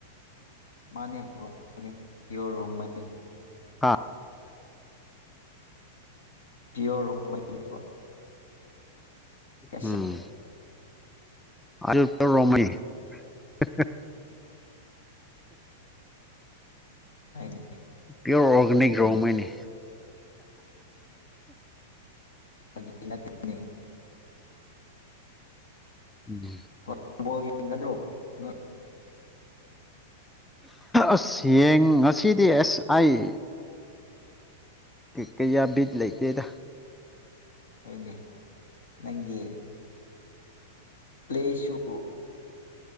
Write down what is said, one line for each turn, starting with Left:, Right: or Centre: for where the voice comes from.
Left: ꯃꯥꯟꯅꯦ ꯔꯣꯡꯃꯩꯅꯦ ꯄꯤꯌꯣꯔ ꯔꯣꯡꯃꯩꯅꯤ
Centre: ꯍꯥ
Left: ꯄꯤꯌꯣꯔ ꯔꯣꯡꯃꯩꯅꯦ ꯑꯁꯦꯡ
Centre: ꯎꯝ ꯑꯜꯄ ꯔꯣꯡꯃꯩ ꯍꯦꯍꯦꯍꯦ
Left: ꯍꯥꯏꯗꯤ
Centre: ꯄꯤꯌꯣꯔ ꯑꯣꯔꯒꯅꯤꯛ ꯔꯣꯡꯃꯩꯅꯤ
Left: ꯐꯥꯒꯤ ꯅꯠꯇꯦꯅꯦ
Centre: ꯎꯝ
Left: ꯍꯣꯔꯦꯟ ꯕꯣꯜ ꯌꯦꯡꯒꯗ꯭ꯔꯣ ꯅꯣꯏ
Centre: ꯑꯁ ꯉꯁꯤꯗꯤ ꯑꯦꯁ ꯑꯩ ꯀꯌꯥ ꯕꯤꯠ ꯂꯩꯇꯦꯗ
Left: ꯍꯣꯏꯅꯦ ꯅꯪꯒꯤ ꯄ꯭ꯂꯦꯁꯨꯨ